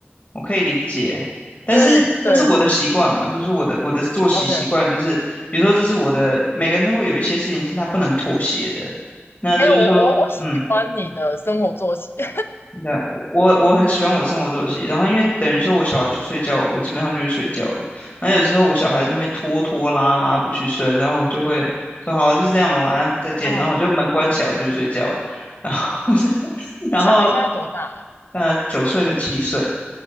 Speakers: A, on the left; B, on the left.
A: 我可以理解，
B: <laughs>
A: 但是这是我的习惯嘛，
B: 因为对
A: 就是说我的我的作息习惯就是，
B: ，OK，
A: 比如说这是我的，每个人都会有一些事情是他不能妥协的，那就是说，
B: 没有我我我喜欢你的生活作息
A: 嗯，
B: <laughs>
A: 那我我很喜欢我的生活作息，然后因为等于说我小孩去睡觉，我基本上就去睡觉了，那有时候我小孩在那边拖拖拉拉不去睡，然后我就会说好了，就这样了，晚安，再见，
B: 啊。
A: 然后我就门关起来，我就去睡觉了，然后 <laughs>
B: 你小孩现在多大了？
A: 然后呃九岁跟七岁。